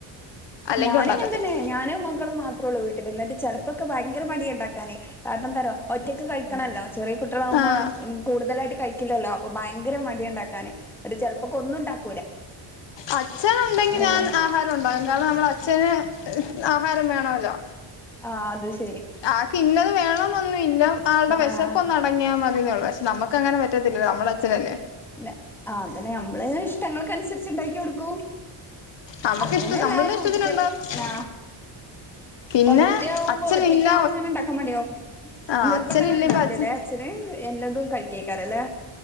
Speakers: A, on the left; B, in the centre.
A: അല്ലെങ്കി
B: ഞാനുംകണ്ടന്നെ
A: ഉണ്ടാക്കത്തില്ല
B: ഞാനും മക്കളും മാത്രം ള്ളൂ വീട്ടിൽ എന്നിട്ട് ചെലപ്പൊക്കെ ഭയങ്കര മടിയാണ്ടാക്കാന്. കാരണംന്താ റിയോ ഒറ്റക്ക് കഴിക്കണല്ലോ? ചെറിയ കുട്ടികളാവുമ്പോ
A: ആഹ്
B: കൂടുതലായിട്ട് കഴിക്കില്ലല്ലോ? അപ്പൊ ഭയങ്കര മടിയ ണ്ടാക്കാാന്. ട്ട് ചിലപ്പോ ക്കൊന്നും ഉണ്ടാക്ക
A: അച്ഛനു ണ്ടെങ്കി ഞാൻ
B: പോകും
A: ആഹാരം ഉണ്ടാകും. കാരണം നമ്മ അച്ഛ ചന് ആഹാരം വേണല്ലോ?
B: ആ അത് ശ
A: ആക്ക് ഇന്നത് വേണം എന്നൊന്നും ഇല്ല ആൾടെ വിശപ്പൊന്നടങ്ങിയാ
B: ആഹ്
A: മതിന്നെ ള്ളൂ. പക്ഷെ നമക്ക് ക്ക ങ്ങനെ പറ്റത്തില്ലല്ലോ? നമ്മുടെ അച്ഛനല്ലേ?
B: ല്ലാ അ അങ്ങനെ നമ്മളെ ഇഷ്ടങ്ങൾക്ക നുസരിച്ച് ണ്ടാക്കി കൊടുക്കൂ
A: നമുക്ക്
B: അത്
A: ഇഷ്ട
B: തന്നെല്ലാരും.
A: നമ്മളുടെ ഇഷ്ടത്തിനുണ്ടാക്കും
B: പക്ഷെ ആ
A: പിന്നെ
B: ഒറ്റ ആകുമ്പോ
A: അച്ഛനില്ല
B: ഒറ്റക്കാവുമ്പോ ങ്ങനെ ണ്ടാക്കാൻ മടിയാകും.
A: ആ
B: നിർബന്ധങ്ങൾ
A: അച്ഛനില്ല
B: ണ്ടാവില്ലല്ലേ
A: ഇപ്പ അച്ഛൻ
B: അച്ഛന്? എല്ലാതും കഴിക്കേക്കാരം ല്ലേ?